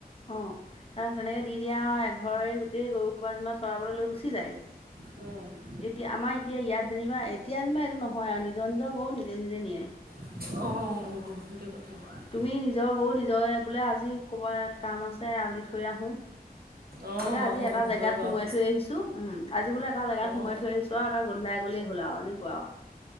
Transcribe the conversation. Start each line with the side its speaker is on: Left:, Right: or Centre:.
Left: অ', তাৰ তেনেকে দি দিয়ে আউ এঘৰেই গোটেই গৰু সোপা যেনিবা চৰাবলে লৈ গুচি যায়গে
Right: উম
Left: এতিয়া আমাৰ এতিয়া ইয়াত যেনিবা এতিয়া যেনিবা এইটো নহয় আৰু নিজৰ নিজৰ গৰু নিজে নিজে নিয়ে।
Right: অ', অ', অ সেইটো কথা।
Left: তুমি নিজৰ গৰু নিজৰ বোলে আজি ক'বাত কাম আছে এৰাল দি থৈ আহো।
Right: অঁ
Left: বোলে
Right: অঁ
Left: আজি
Right: অঁ
Left: এটা জেগাত
Right: হয় বাৰু
Left: সোমোৱাই থৈ আহিছো। টো, উম, আজি বোলে এটা জেগাত
Right: অঁ
Left: সোমাই থৈ আহছো আউ, এটা গধূলাই গলেই হল আউ এনেকুৱা আউ